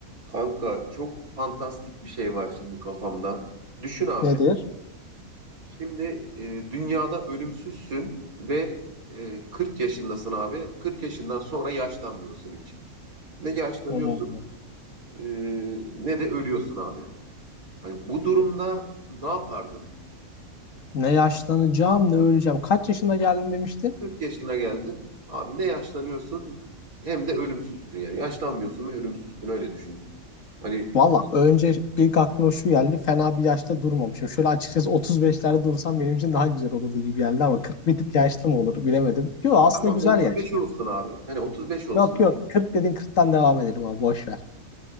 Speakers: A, on the right; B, on the left.
A: Kanka çok fantastik bir şey var şimdi kafamda. Düşün abi.
B: Nedir?
A: Şimdi e, dünyada ölümsüzsün ve e, 40 yaşındasın abi. 40 yaşından sonra yaşlanmıyorsun hiç. Ne yaşlanıyorsun
B: Hmm.
A: e, ne de ölüyorsun abi. Hani bu durumda ne yapardın?
B: Ne yaşlanacağım ne öleceğim. Kaç yaşında geldim demiştin?
A: 40 yaşına geldin. Abi ne yaşlanıyorsun hem de ölümsüzsün yani. Yaşlanmıyorsun ve ölümsüzsün öyle düşün. Hani
B: Valla önce ilk aklıma şu geldi. Fena bir yaşta durmamışım. Şöyle açıkçası 35'lerde dursam benim için daha güzel olurdu gibi geldi ama 40 bir tık yaşlı mı olur bilemedim. Yok aslında
A: tamam
B: güzel
A: 35
B: yaş
A: olsun
B: ya.
A: abi. Hani 35 olsun.
B: Yok yok 40 dedin 40'tan devam edelim abi boş ver.